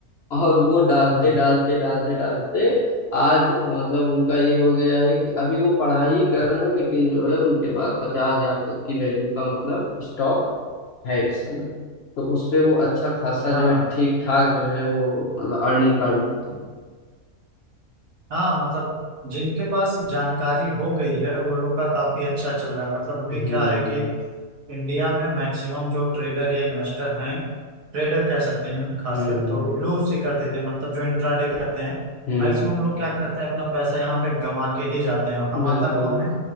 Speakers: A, on the left; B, on the right.
A: और वो डालते
B: हम्म,
A: डालते डालते डालते आज मतलब उनका ये हो गया है कि अभी वो पढ़ाई कर रहे हैं लेकिन जो है उनके पास पचास हजार तक की वैल्यू का मतलब स्टॉक है इस समय तो उस पे वो अच्छा खासा
B: हाँ
A: जो है ठीक ठाक जो है वो मतलब अर्निंग कर लेते हैं
B: हाँ मतलब जिनके पास जानकारी हो गई है वो लोग का काफी अच्छा चल रहा है मतलब अभी क्या
A: हम्म
B: है कि इंडिया में मैक्सिमम जो ट्रेडर या इन्वेस्टर हैं ट्रेडर कह सकते हैं हम खासकर
A: हम्म
B: तो लूज ही कर देते हैं मतलब जो इंट्राडे करते हैं
A: हम्म
B: मैक्सिमम
A: हम्म
B: लोग क्या करते हैं अपना पैसा यहाँ पे गंवा के ही जाते हैं और कमाता
A: बिल्कुल
B: कौन है